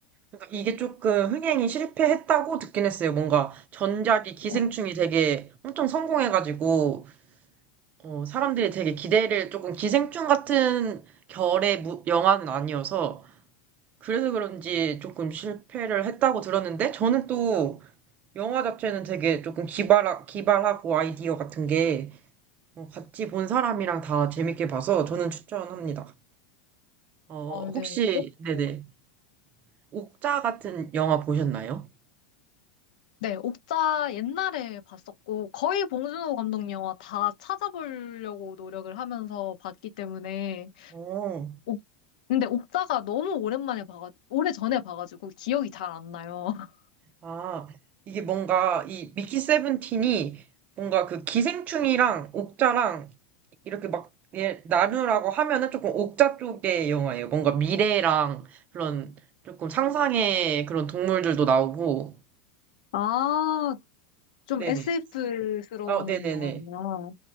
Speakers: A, on the right; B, on the left.
A: 그러니까 이게 조금 흥행이 실패했다고 듣긴 했어요. 뭔가 전작이 기생충이
B: 어,
A: 되게 엄청 성공해가지고, 어, 사람들이 되게 기대를 조금 기생충 같은 결의 무- 영화는 아니어서 그래서 그런지 조금 실패를 했다고 들었는데 저는 또 영화 자체는 되게 조금 기발 기발하고 아이디어 같은 게 어, 같이 본 사람이랑 다 재밌게 봐서 저는 추천합니다. 어,
B: 아, 네.
A: 혹시
B: 꼭
A: 네네
B: 보고 싶-
A: 옥자 같은 영화 보셨나요?
B: 네, 옥자 옛날에 봤었고, 거의 봉준호 감독 영화 다 찾아보려고 노력을 하면서 봤기 때문에,
A: 어,
B: 옥- 근데 옥자가 너무 오랜만에 봐가, 오래전에 봐가지고 기억이 잘 안 나요. <laughs>
A: 아, 이게 뭔가 이 미키 세븐틴이 뭔가 그 기생충이랑 옥자랑 이렇게 막 예, 나누라고 하면은 조금 옥자 쪽의 영화예요. 뭔가 미래랑 그런 조금 상상의 그런 동물들도 나오고.
B: 아, 좀
A: 네네.
B: SF스러운
A: 아, 네네네.
B: 영화구나.